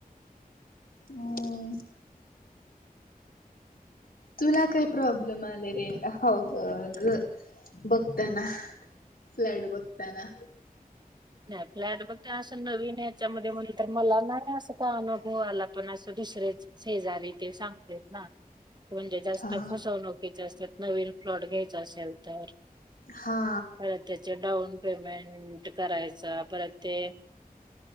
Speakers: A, on the left; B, on the right.
A: हम. तुला काही प्रॉब्लेम आले रे, अ ह -घर बघताना फ्लॅट बघताना?
B: नाही फ्लॅट बघ असं नवीन याच्यामध्ये म्हणल तर, मला नाही असं का अनुभव आला पण असे दुसरेच शेजारी ते सांगतेत ना. म्हणजे जास्त
A: हा
B: फसवणुकीचं असतेत. नवीन फ्लॉट घ्यायचा, असेल तर
A: हा
B: खर त्याचे डाउन पेमेंट करायचं? परत ते